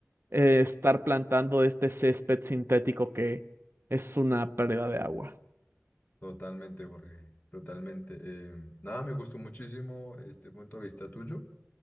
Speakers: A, on the right; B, on the left.
A: eh, estar plantando este césped sintético que es una pérdida de agua.
B: Totalmente, Jorge. Totalmente. Eh, nada, me gustó muchísimo este punto de vista tuyo